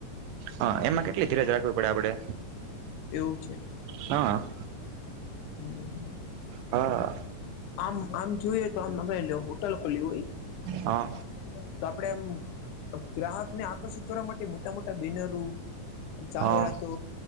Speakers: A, on the right (about 75°); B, on the left (about 75°).
A: હા એમાં કેટલી ધીરજ રાખવી પડે આપડે
B: એવું છે.
A: હા.
B: હમ.
A: હા
B: આમ આમ જોયે તો અમે લયો હોટેલ ખોલી હોય
A: હા
B: તો આપડે આમ ગ્રાહક ને આકર્ષિત કરવા માટે મોટા મોટા બેિનરો જાહેરાતો
A: હા